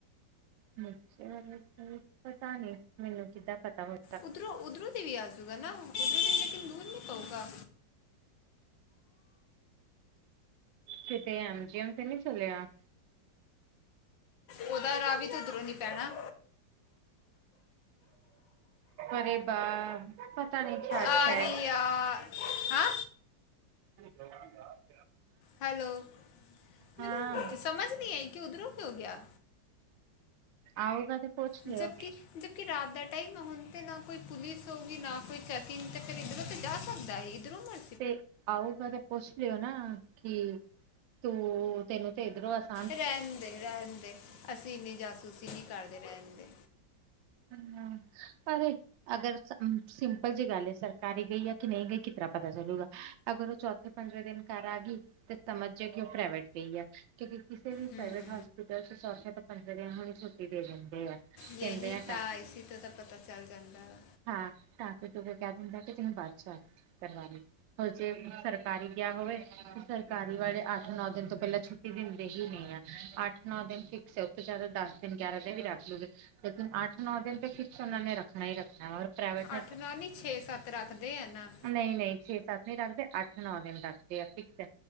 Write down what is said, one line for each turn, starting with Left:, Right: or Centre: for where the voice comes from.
Right: ਨੀਚੇ ਵਾਲੀ ਸਾਈਡ, ਪਤਾ ਨੀ ਮੈਨੂੰ ਕਿੱਦਾਂ ਪਤਾ ਹੋਵੇ।
Left: ਉਧਰੋਂ-ਉਧਰੋਂ ਦੀ ਵੀ ਆਜੂਗਾ ਨਾ, ਉਧਰੋਂ ਲੇਕਿਨ ਦੂਰ ਨੀ ਪਊਗਾ।
Right: ਕਿਤੇ ਐਮਜੀ ਐਮ ਤੇ ਨਈ ਚਲਿਆ।
Left: ਉਹਦਾ ਰਾਹ ਵੀ ਤੇ ਦੂਰੋਂ ਨੀ ਪੈਣਾ।
Right: ਅਰੇ ਵਾ ਪਤਾ ਨਹੀਂ ਛਾਟ
Left: ਆ
Right: ਖੈ
Left: ਰਹੀ ਆ ਹਾਂ
Right: <unintelligible>
Left: ਹੈਲੋ, ਮੈਨੂੰ
Right: ਹਾਂ
Left: ਸਮਝ ਨੀ ਆਈ, ਕਿ ਉੱਧਰੋਂ ਕਿਉਂ ਗਿਆ।
Right: ਆਊਗਾ ਤੇ ਪੁੱਛ
Left: ਜਦਕਿ
Right: ਲਿਓ।
Left: ਜਦਕਿ ਰਾਤ ਦਾ ਟਾਈਮ ਹੁਣ ਤੇ ਨਾ ਕੋਈ ਪੁਲਿਸ ਹੋਊਗੀ, ਨਾ ਕੋਈ ਚੈਕਿੰਗ ਤੇ ਫਿਰ ਇੱਧਰੋਂ ਤੇ ਜਾ ਸਕਦਾ ਏ, ਇੱਧਰੋਂ ਮਰ
Right: ਤੇ ਆਊਗਾ ਤੇ ਪੁੱਛ ਲਿਓ ਨਾ, ਕਿ ਤੂੰ ਤੈਨੂੰ ਤੇ ਇੱਧਰੋਂ ਅਸ
Left: ਰਹਿਣਦੇ, -ਰਹਿਣਦੇ, ਅਸੀਂ ਇੰਨੀ ਜਾਸੂਸੀ ਨੀ ਕਰਦੇ ਰਹਿਣ ਦੇ।
Right: <inaudible> ਅਰੇ ਅਗਰ ਸਿੰਪਲ ਜੀ ਗੱਲ ਐ, ਸਰਕਾਰੀ ਗਈ ਐ ਕਿ ਨਹੀਂ ਗਈ ਕਿਤਰਾਂ ਪਤਾ ਚੱਲੂਗਾ। ਅਗਰ ਉਹ ਚੌਥੇ ਪੰਜਵੇਂ ਦਿਨ ਘਰ ਆ ਗਈ, ਤੇ ਸਮਝ ਜੇ ਕਿ ਉਹ ਪ੍ਰਾਈਵੇਟ ਗਈ ਐ, ਕਿਉਂਕਿ ਕਿਸੇ ਵੀ
Left: ਹੂੰ
Right: ਪ੍ਰਾਈਵੇਟ ਹੋਸਪਿਟਲ ਚ ਚੌਥੇ ਤੋਂ ਪੰਜਵੇਂ ਦਿਨ ਹੁਣ ਛੁੱਟੀ ਦੇ ਦਿੰਦੇ ਆ।
Left: ਯਹੀ
Right: ਕਹਿੰਦੇ ਆ
Left: ਤਾ ਇਸੀ ਤੋਂ ਤਾਂ ਪਤਾ ਚੱਲ ਜਾਂਦਾ ਵਾ।
Right: ਹਾਂ, ਟਾਂਕੇ ਟੂੰਕੇ ਕਹਿ ਦਿੰਦਾ ਕਿ ਤੁਸੀਂ ਬਾਅਦ ਚ ਆ ਕੇ ਕਰਵਾ ਲੀ। ਔਰ ਜੇ ਸਰਕਾਰੀ ਗਿਆ ਹੋਵੇ, ਤੇ ਸਰਕਾਰੀ ਵਾਲੇ ਅੱਠ ਨੌਂ ਦਿਨ ਤੋਂ ਪਹਿਲਾਂ ਛੁੱ ਛੁੱਟੀ ਦਿੰਦੇ ਹੀ ਨਹੀਂ ਆ, ਅੱਠ ਨੌ ਦਿਨ ਫਿਕਸ ਐ, ਉਥੇ ਤਾਂ ਜ਼ਿਆਦਾ ਦਸ ਦਿਨ, ਗਿਆਰਾਂ ਦਿਨ ਵੀ ਰੱਖ ਲੂਗੇ। ਲੇਕਿਨ ਅੱਠ ਨੌ ਦਿਨ ਤੇ ਫਿਕਸ ਉਹਨਾ ਨੇ ਰੱਖਣਾ ਹੀ ਰੱਖਣਾ ਐ, ਔਰ ਪ੍ਰਾਈਵੇਟ
Left: ਅੱਠ ਨਾ ਨੀ, ਛੇ ਸੱਤ ਰੱਖਦੇ ਆ ਨਾ।
Right: ਨਹੀਂ-ਨਹੀਂ ਛੇ ਸੱਤ ਨਹੀ ਰੱਖਦੇ, ਅੱਠ ਨੌਂ ਦਿਨ ਰੱਖਦੇ ਆ ਫਿਕਸ ਐ।